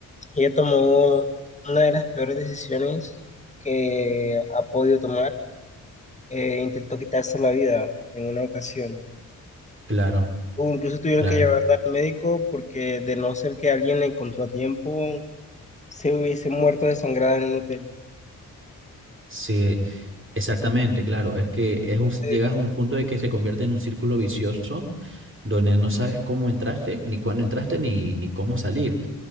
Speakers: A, on the left (about 15°); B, on the right (about 30°).
A: ella tomó una de las peores decisiones que ha podido tomar eh, intentó quitarse la vida en una ocasión.
B: Claro,
A: O incluso tuvieron
B: claro.
A: que llevarla al médico porque de no ser que alguien la encontró a tiempo, se hubiese muerto desangrada en un hotel.
B: Sí, exactamente, claro. Es que es un-
A: Eh,
B: llegas a un punto de que se convierte en un círculo vicioso donde no sabes cómo entraste, ni cuándo entraste, ni, ni cómo salir.